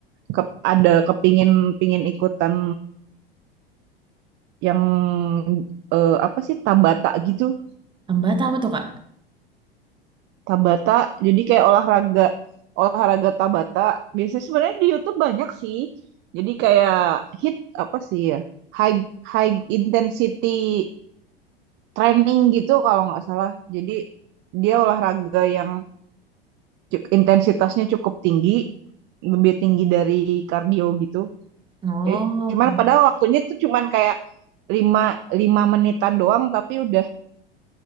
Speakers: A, on the right (about 40°); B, on the right (about 15°).
A: Ke- ada kepingin pingin ikutan yang eh, apa sih Tabata gitu
B: Hambatan apa tuh kak?
A: Tabata jadi kayak olahraga olahraga Tabata biasanya sebenarnya di YouTube banyak sih jadi kayak hit apa sih ya high high intensity training gitu kalau nggak salah jadi dia olahraga yang cu- intensitasnya cukup tinggi lebih tinggi dari kardio gitu
B: Oh,
A: Jadi, cuman padahal waktunya itu cuman kayak lima lima menitan doang tapi udah